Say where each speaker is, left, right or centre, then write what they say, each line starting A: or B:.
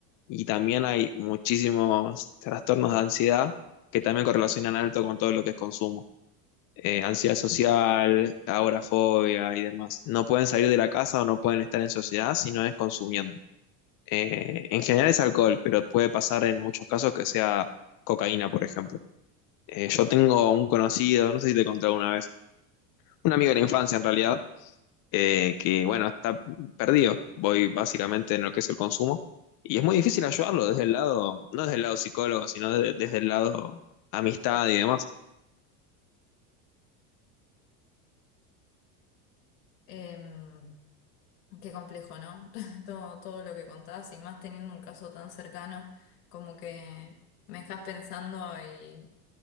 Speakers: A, on the left; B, on the left.
A: Y también hay muchísimos trastornos de ansiedad que también correlacionan alto con todo lo que es consumo eh, ansiedad social, agorafobia y demás. No pueden salir de la casa o no pueden estar en sociedad si no es consumiendo. Eh, en general es alcohol, pero puede pasar en muchos casos que sea cocaína, por ejemplo. Eh, yo tengo un conocido, no sé si te conté alguna vez, un amigo de la infancia en realidad, eh, que bueno, está perdido, voy básicamente en lo que es el consumo, y es muy difícil ayudarlo desde el lado, no desde el lado psicólogo, sino de- desde el lado amistad y demás.
B: Em, Qué complejo, ¿no? <laughs> Todo, todo lo que contabas y más teniendo un caso tan cercano, como que me dejas pensando y,